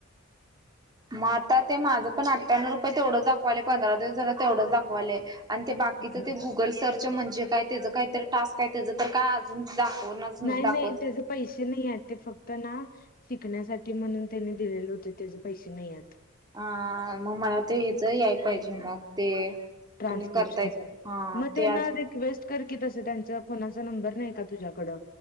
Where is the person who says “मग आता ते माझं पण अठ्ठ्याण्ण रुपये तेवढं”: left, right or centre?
Right